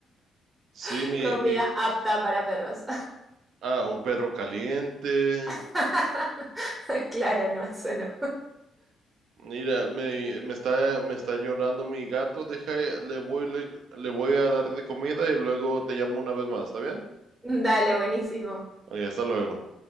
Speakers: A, on the right (about 70°); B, on the right (about 20°).
A: Sí,
B: <laughs>
A: mi,
B: Comida
A: mi,
B: apta para perros.
A: ah, un perro caliente.
B: <laughs> Claro, no, eso no.
A: Mira, me, me está, me está llorando mi gato. Deja, le voy, le, le voy a dar de comida y luego te llamo una vez más, ¿está bien?
B: <laughs> Dale, buenísimo.
A: Ok, hasta luego.